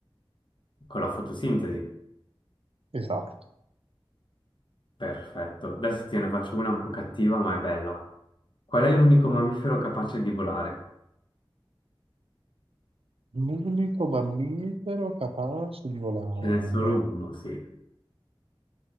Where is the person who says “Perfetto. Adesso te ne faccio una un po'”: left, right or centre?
Left